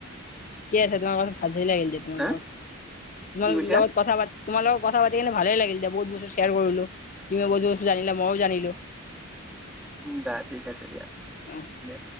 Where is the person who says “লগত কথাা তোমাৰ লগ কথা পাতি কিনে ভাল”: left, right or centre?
Left